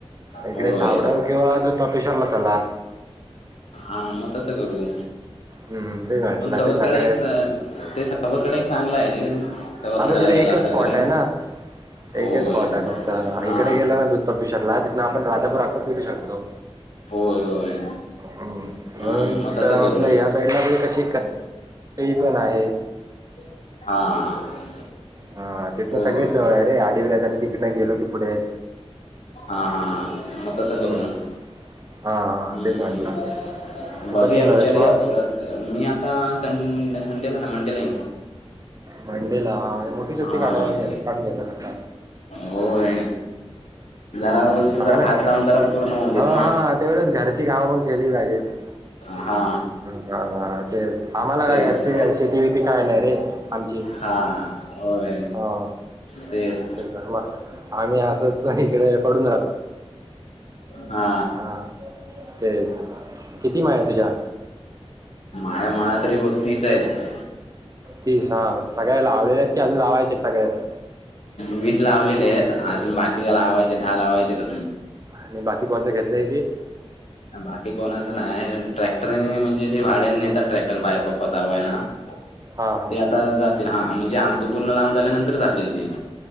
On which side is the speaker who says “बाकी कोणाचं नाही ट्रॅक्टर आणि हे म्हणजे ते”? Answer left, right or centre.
Left